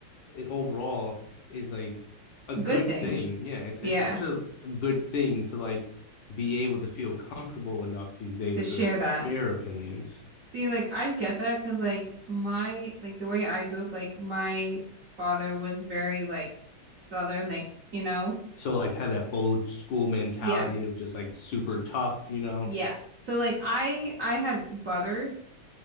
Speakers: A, on the left (about 65°); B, on the right (about 55°).
A: it overall is like a good
B: Good thing.
A: thing. Yeah, it's
B: Yeah.
A: it's such a good thing to like be able to feel comfortable enough these days
B: To share
A: to
B: that.
A: share opinions.
B: See, like I get that because like my like the way I grew up, like my father was very like southern, like, you know.
A: So like have that old school mentality
B: Yeah.
A: of just like super tough, you know.
B: Yeah. So like I I had brothers.